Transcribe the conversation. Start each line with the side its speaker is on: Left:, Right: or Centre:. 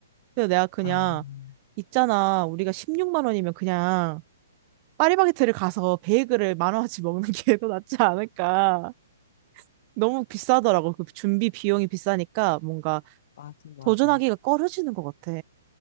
Right: 근데 내가 그냥
Left: 아, 음.
Right: 있잖아 우리가 16만 원이면 그냥 파리바게트를 가서 베이글을 만 원어치 먹는 게 더 낫지 않을까. 너무 비싸더라고. 그 준비 비용이 비싸니까 뭔가
Left: 맞아, 맞아.
Right: 도전하기가 꺼려지는 것 같아.